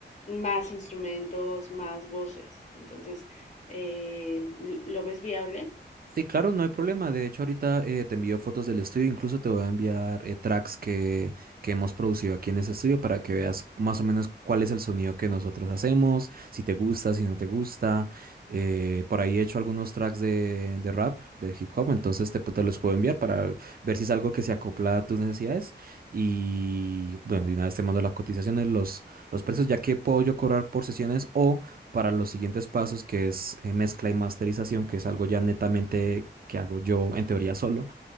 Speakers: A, on the left (about 40°); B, on the right (about 55°).
A: más instrumentos, más voces. Entonces, eh, ¿lo ves viable?
B: Sí, claro, no hay problema. De hecho, ahorita eh, te envío fotos del estudio. Incluso te voy a enviar eh, tracks que, que hemos producido aquí en ese estudio para que veas más o menos cuál es el sonido que nosotros hacemos, si te gusta, si no te gusta. Eh, por ahí he hecho algunos tracks de, de rap, de hip hop, entonces te, te los puedo enviar para ver si es algo que se acopla a tus necesidades. Y bueno, de una vez te mando las cotizaciones, los, los precios, ya que puedo yo cobrar por sesiones o para los siguientes pasos, que es eh, mezcla y masterización, que es algo ya netamente que hago yo en teoría solo.